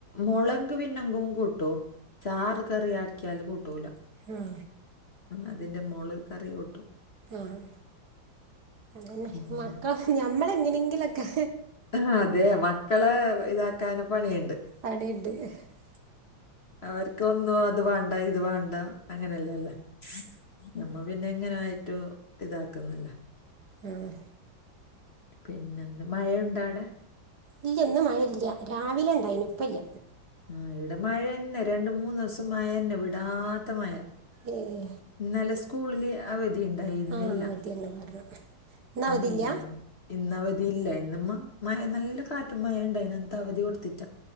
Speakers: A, on the left; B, on the right.
A: മുളങ്ക് പിന്നങ്കും കൂട്ടൂ ചാറ് കറി ആക്കിയാല് കൂട്ടൂല.
B: ഉം
A: അതിന്റെ മോള് കറി കൊട്ടും.
B: ആഹ് അങ്ങന്നെ
A: പിന്നെ
B: മക്കൾ ഞമ്മള എങ്ങനെങ്കിലൊക്കെ.
A: ആഹ് അതെ മക്കളെ ഇതാക്കാന് പണിയുണ്ട്.
B: പണിയുണ്ട് ഇല്ല
A: അവർക്ക്ന്നും അത് വേണ്ട ഇത് വേണ്ട. അങ്ങനെയല്ലല്ലേ നമ്മ പിന്നെ എങ്ങനൊയിട്ടോ ഇതാക്കുന്നില്ല.
B: ആഹ്
A: പിന്നെ എന്ത് മഴുണ്ടാ അവിട?
B: ഇല്ലൊന്നും മയല്ല രാവിലെ ഉണ്ടായിന്പ്പല്ല.
A: ആഹ് ഇവിടെ മഴ തന്നെ രണ്ട മൂന്ന് ദിവസം മഴ തന്നെ വിടാത്ത മഴ.
B: ഏഹ്
A: ഇന്നലെ സ്കൂളില് അവധി ഉണ്ടായി ഇന്നില്ല
B: ആ അവധിയാണ് പറഞ്ഞു ഇന്ന് അവധിയില്ല
A: ഇല്ല. ഇന്ന് അവധി ഇല്ല ഇന്ന മഴ നല്ല കാറ്റും മഴുണ്ടായിതിനനത്തെ അവധി കൊടുത്തിട്ടാ.